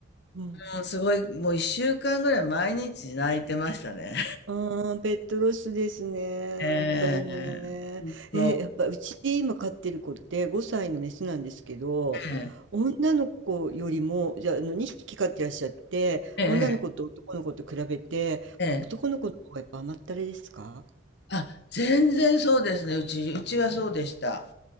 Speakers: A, on the right (about 65°); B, on the left (about 55°).
A: うん。
B: うん、すごい、もう一週間ぐらい毎日泣いてましたね。
A: ああ、ペットロスですね。
B: <laughs> ええ
A: やっぱりね。
B: そう、
A: え、やっぱうち今飼ってる子って5歳のメスなんですけど、
B: ええ
A: 女の子よりも、じゃあ、あの2匹飼ってらっしゃって、
B: ええ
A: 女の子と男の子と比べて、
B: ええ
A: 男の子の方がやっぱ甘ったれですか
B: あ、全然そうですね。うち、うちはそうでした。